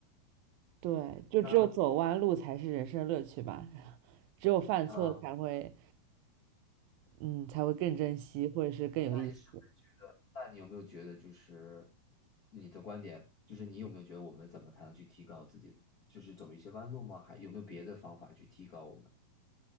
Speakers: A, on the right (about 75°); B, on the left (about 65°).
A: <laughs> 对，就只有走弯路才是人生乐趣吧。
B: 那
A: 只有犯错才会，
B: 啊，
A: 嗯，才会更珍惜，或者是更有意思。
B: 是？那你有没有觉得，就是你的观点，就是你有没有觉得我们怎么才能去提高自己呢？就是走一些弯路吗？还有没有别的方法去提高我们？